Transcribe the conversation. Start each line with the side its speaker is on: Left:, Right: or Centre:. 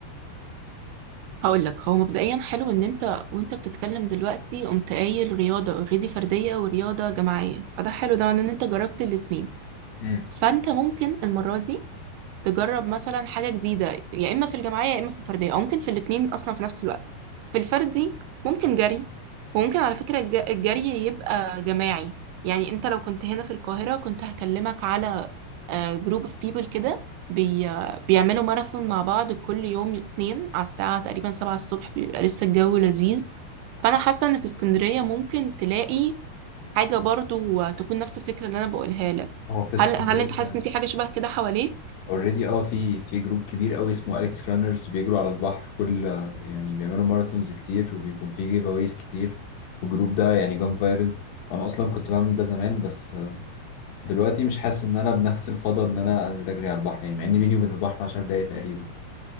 Right: هقول لك هو مبدئيا حلو ان انت وانت بتتكلم دلوقتي قمت قايل رياضه اوريدي فرديه ورياضه جماعيه فده حلو ده معناه ان انت جربت الاتنين
Left: امم
Right: فانت ممكن المره دي تجرب مثلا حاجة جديدة يا إما في الجماعية يا إما في الفردية أو ممكن في الاتنين أصلا في نفس الوقت في الفردي ممكن جري وممكن على فكرة الج- الجري يبقى جماعي يعني أنت لو كنت هنا في القاهرة كنت هكلمك على جروب اوف بيبل كده بي بيعملوا ماراثون مع بعض كل يوم اتنين على الساعة تقريبا سبعة الصبح بيبقى لسه الجو لذيذ فأنا حاسة إن في اسكندرية ممكن تلاقي حاجة برضو تكون نفس الفكرة اللي أنا بقولها لك
Left: هو في اسكندرية
Right: هل هل أنت حاسس إن في حاجة شبه كده حواليك؟
Left: اوريدي اه في في جروب كبير قوي اسمه اليكس رانرز بيجروا على البحر كل يعني بيعملوا ماراثونز كتير وبيكون في جيف اويز كتير والجروب ده يعني جام فايرل وانا اصلا كنت بعمل ده زمان بس دلوقتي مش حاسس ان انا بنفس الفضل ان انا انزل اجري على البحر يعني مع ان بيني وبين البحر 10 دقايق تقريبا